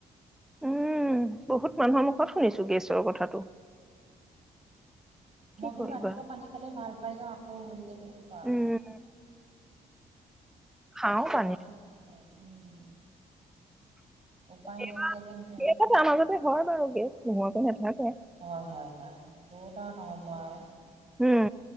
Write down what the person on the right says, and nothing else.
মই কিন্তু
ৰাতিপুৱা পানী খালে ভাল পাই যাওঁ আকৌ হয়গে। তিনি পাৰ
অ' উম!
উপায় নাইকিয়া যেন হৈ আছে
হয়! হয়! হয়! বহুত আৰু নহ'ব আৰু,